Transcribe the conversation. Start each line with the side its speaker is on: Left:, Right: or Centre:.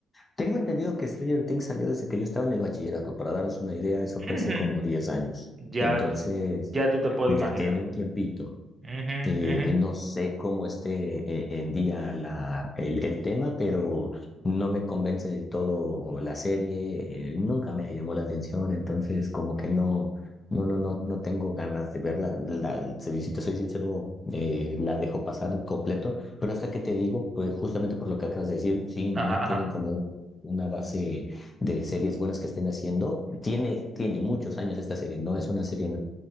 Left: tengo entendido que Stranger Things salió desde que yo estaba en el bachillerato. Para daros una idea, eso fue
Right: Ujú.
Left: hace como 10 años.
Right: Ya,
Left: Entonces,
Right: tú- ya tú te puedes
Left: ya
Right: imaginar.
Left: tiene un tiempito.
Right: Ujú,
Left: Eh,
Right: ujú.
Left: eh, no sé cómo esté eh, en día la, el, el tema, pero no me convence del todo la serie, eh, nunca me llamó la atención, entonces como que no, no, no, no, no tengo ganas de verla. La, si si te soy sincero, eh, la dejo pasar completo, pero hasta que te digo, pues justamente por lo que acabas de decir, sí,
Right: Ajá,
Left: no tienen como un- una base de series buenas que estén haciendo. Tiene, tiene muchos años esta serie, no es una serie